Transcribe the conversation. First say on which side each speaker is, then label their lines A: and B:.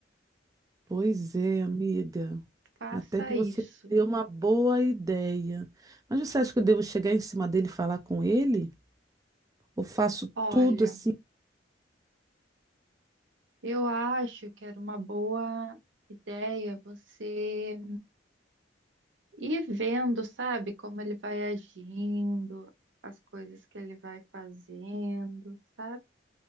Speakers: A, on the right; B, on the right.
A: pois é, amiga.
B: Faça
A: Até que você
B: isso.
A: me deu uma boa ideia. Mas você acha que eu devo chegar em cima dele e falar com ele? Ou faço
B: Olha,
A: tudo assim,
B: eu acho que era uma boa ideia você E vendo, sabe, como ele vai agindo, as coisas que ele vai fazendo, sabe?